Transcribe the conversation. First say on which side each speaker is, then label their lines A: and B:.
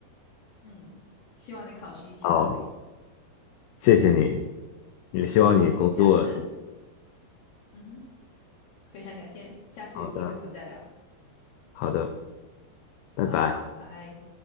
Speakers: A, on the left; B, on the left.
A: 嗯，希望你考试一切顺利。
B: 好，谢谢你，也希望你工作。
A: 好，下次，嗯哼，非常感谢，下次有机会我们再聊。
B: 好的，好的，拜拜。
A: 好，拜拜。